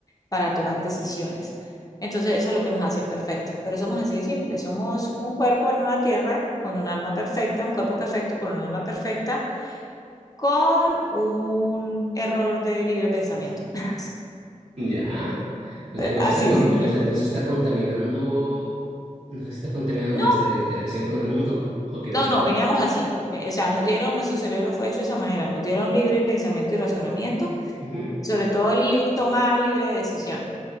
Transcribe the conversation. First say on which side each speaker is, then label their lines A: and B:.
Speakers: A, on the left; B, on the right.
A: para tomar decisiones. Entonces, eso es lo que nos hace imperfectos, pero somos así de simple, somos un cuerpo en una tierra con un alma perfecta, un cuerpo perfecto con un alma perfecta, con un error de libre pensamiento. <laughs>
B: Ya. O sea, nos
A: así
B: está, con-
A: de simple.
B: nos, nos está contaminando, nos está contaminando
A: No,
B: nuestra interacción con el mundo, ¿o qué
A: no,
B: piensas?
A: no, veníamos así. O sea, nos dieron, nuestro cerebro fue hecho de esa manera, nos dieron libre pensamiento y razonamiento,
B: Ujú.
A: sobre todo li- toma libre decisión.